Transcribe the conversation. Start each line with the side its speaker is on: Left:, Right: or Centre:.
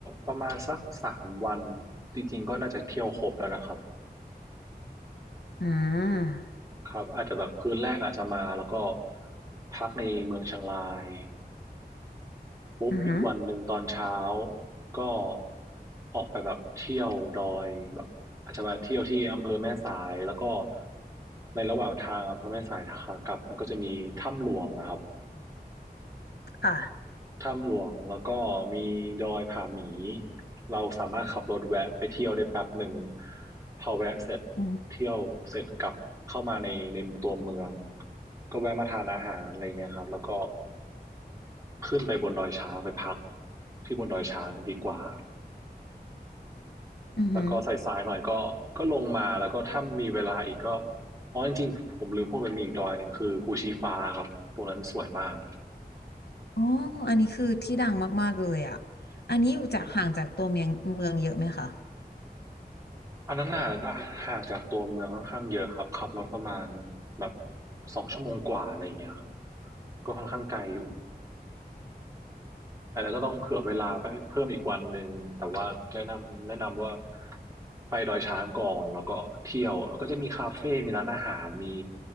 Right: ประมาณสัก3วันจริงๆก็น่าจะเที่ยวครบแล้วนะครับ
Left: อืม
Right: ครับอาจจะแบบคืนแรกอาจจะมาแล้วก็พักในเมืองเชียงราย ปุ๊บอีกวันหนึ่งตอนเช้า
Left: อือหือ
Right: ก็ออกไปแบบเที่ยวดอยแบบอาจจะมาเที่ยวที่อำเภอแม่สายแล้วก็ในระหว่างทางอำเภอแม่สายขากลับมันก็จะมีถ้ำหลวงนะครับ
Left: ค่ะ
Right: ถ้ำหลวงแล้วก็มีดอยผาหมีเราสามารถขับรถแวะไปเที่ยวได้แป๊บหนึ่งพอแวะเสร็จ
Left: อืม
Right: เที่ยวเสร็จกลับเข้ามาในในตัวเมืองก็แวะมาทานอาหารอะไรเงี้ยครับแล้วก็ขึ้นไปบนดอยช้างไปพักที่บนดอยช้างดีกว่า
Left: อือหือ
Right: แล้วก็สายๆหน่อยก็ก็ลงมาแล้วก็ถ้ามีเวลาอีกก็อ๋อจริงๆผมลืมพูดไปมีอีกดอยหนึ่งคือภูชีฟ้าครับตรงนั้นสวยมาก
Left: อ๋ออันนี้คือที่ดังมากๆเลยอ่ะอันนี้อยู่จากห่างจากตัวเมืองเมืองเยอะไหมคะ
Right: อันนั้นน่ะอ่ะห่างจากตัวเมืองค่อนข้างเยอะครับขับรถประมาณแบบสองชั่วโมงกว่าอะไรอย่างเงี้ยครับก็ค่อนข้างไกลอยู่ อาจจะก็ต้องเผื่อเวลาไปเพิ่มอีกวันหนึ่งแต่ว่าแนะนำแนะนำว่าไปดอยช้างก่อนแล้วก็เที่ยวแล้วก็จะมีคาเฟ่มีร้านอาหาร มี